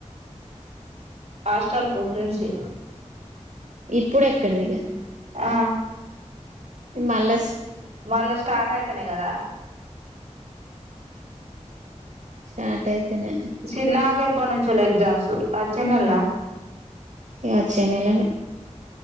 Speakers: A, on the right; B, on the right.
A: హాస్టల్కు ప్రిన్సీ
B: ఇప్పుడు ఎక్కడిదిగ
A: ఆ
B: మళ్ళ
A: మళ్ళా స్టార్ట్ అయితేనే కదా
B: స్టార్ట్ అయితేనే
A: చిన్నమేకి చెప్ ఎప్పటినుంచెలి ఎగ్జామ్స్ అచ్చే నెలనా
B: ఇగ వచ్చే నెలనే